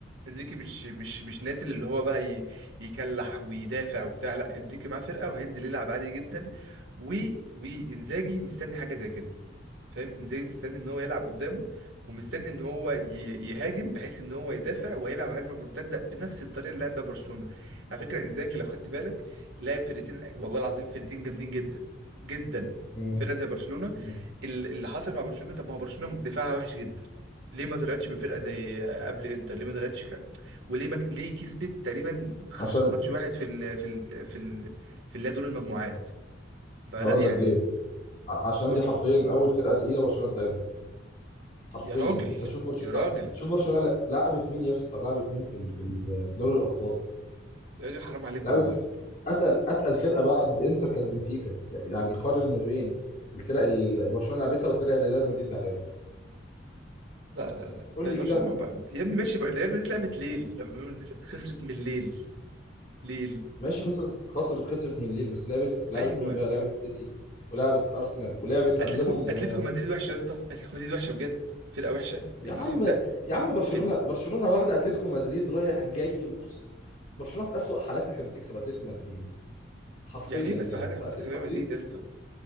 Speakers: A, on the right; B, on the left.
A: انريكي مش مش مش نازل اللي هو بقى ي... يكلح ويدافع وبتاع لا انريكي معاه فرقه وهينزل يلعب عادي جدا و... وانزاجي مستني حاجه زي كده فاهم انزاجي مستني ان هو يلعب قدامه ومستني ان هو ي- يهاجم بحيث ان هو يدافع ويلعب على هجمه مرتده بنفس الطريقه اللي لعب بيها برشلونه على فكره انزاجي لو خدت بالك لعب فرقتين والله العظيم فرقتين جامدين جدا جدا
B: مم.
A: فرقه زي برشلونه
B: مم.
A: ال- اللي حصل مع برشلونه طب ما هو برشلونه دفاعها وحش جدا ليه ما طلعتش من فرقه زي قبل انتر ليه ما طلعتش ك... وليه ما... ليه كسبت تقريبا خسرت
B: عشان
A: ماتش واحد في ال... في ال... في ال... في اللي هي دور المجموعات فلا
B: هقول
A: يعني
B: لك ليه ع- عشان
A: دول
B: دي حرفيا اول فرقه تقيله برشلونه تلعبها حرفيا
A: يا راجل
B: انت شوف برشلونه
A: يا راجل
B: شوف برشلونه ل- لعبت مين يا اسطى لعبت مين في ال- في ال- في دوري الابطال
A: يا راجل حرام عليك
B: لعبت
A: والله
B: اتقل اتقل فرقه بعد انتر كانت بنفيكا يعني قارن ما بين الفرق اللي برشلونه لعبتها والفرق اللي ريال مدريد لعبها
A: لا لا لا
B: قول
A: طيب
B: لي
A: برشلونة
B: كده
A: بقى يا ابني ماشي بقى ريال مدريد لعبت ليل لما مدريد خسرت من ليل ليل
B: ماشي خسرت خسر خسرت من ليل بس لعبت لعبت
A: ايوه
B: مين بقى لعبت السيتي ولعبت ارسنال ولعبت
A: اتلتيكو
B: قبلهم
A: اتلتيكو مدريد وحشه يا اسطى اتلتيكو مدريد وحشه بجد فرقه وحشه
B: يا
A: الموسم
B: عم
A: ده
B: يا عم برشلونة
A: في ال...
B: برشلونة واخدة اتلتيكو مدريد رايح جاي بص برشلونة في أسوأ حالاتها كانت بتكسب اتلتيكو مدريد حرفيا
A: يعني ايه بس
B: يعني
A: حضرتك
B: فاتلتيكو
A: بتمسك في ريال
B: مدريد
A: مدريد يا اسطى